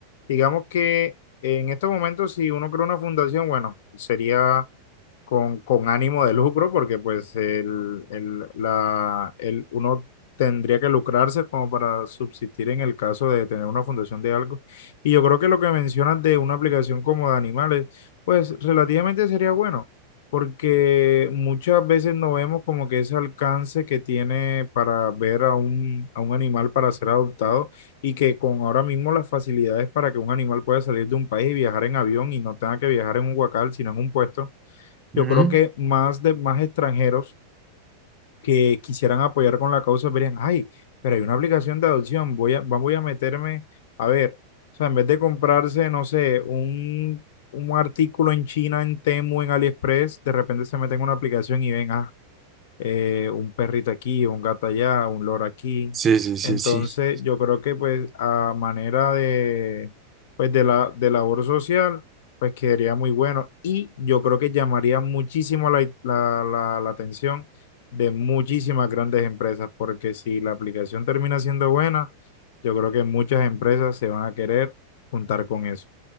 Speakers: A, on the left; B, on the right.
A: digamos que en estos momentos si uno crea una fundación, bueno, sería con, con ánimo de lucro, porque pues el, el- la, el, uno tendría que lucrarse como para subsistir en el caso de tener una fundación de algo. Y yo creo que lo que mencionas de una aplicación como de animales, pues relativamente sería bueno, porque muchas veces no vemos como que ese alcance que tiene para ver a un, a un animal para ser adoptado y que con ahora mismo las facilidades para que un animal pueda salir de un país y viajar en avión y no tenga que viajar en un huacal, sino en un puesto yo
B: Ujú.
A: creo que más de más extranjeros que quisieran apoyar con la causa verían, ay, pero hay una aplicación de adopción, voy a, va- voy a meterme, a ver, o sea, en vez de comprarse, no sé, un, un artículo en China, en Temu, en AliExpress, de repente se meten en una aplicación y ven, ah, eh, un perrito aquí, un gato allá, un loro aquí.
B: Sí, sí, sí.
A: Entonces,
B: sí.
A: yo creo que pues a manera de, pues, de la, de labor social, pues quedaría muy bueno y yo creo que llamaría muchísimo la, la, la, la atención de muchísimas grandes empresas, porque si la aplicación termina siendo buena, yo creo que muchas empresas se van a querer juntar con eso.